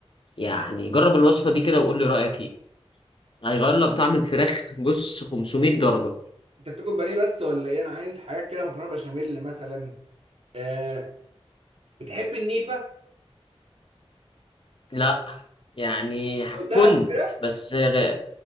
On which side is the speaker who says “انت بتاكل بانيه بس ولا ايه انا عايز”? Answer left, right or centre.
Right